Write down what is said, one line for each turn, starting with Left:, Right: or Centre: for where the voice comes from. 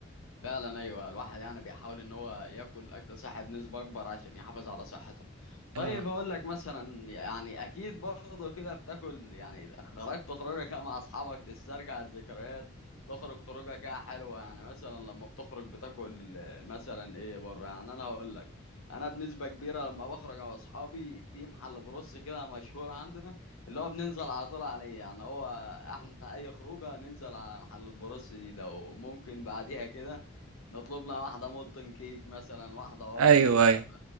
Left: فعلا ايوه الواحد يعني بيحاول ان هو ياكل اكل صحي بنسبه اكبر عشان يحافظ على صحته طيب
Right: اه
Left: هقول لك مثلا يعني اكيد برضه كده بتاكل يعني خرجت خروجه كده مع اصحابك تسترجع الذكريات تخرج خروجه كده حلوه يعني مثلا لما بتخرج بتاكل آه، مثلا ايه بره يعني انا هقول لك انا بنسبه كبيره لما بخرج مع اصحابي في محل بروس كده مشهور عندنا اللي هو بننزل على طول عليه يعني هو احنا اي خروجه ننزل على محل البروس دي ده وممكن بعديها كده نطلب لنا واحدة مولتن كيك مثلا واحدة وافل
Right: ايوه
Left: كده
Right: ايوه
Left: ف...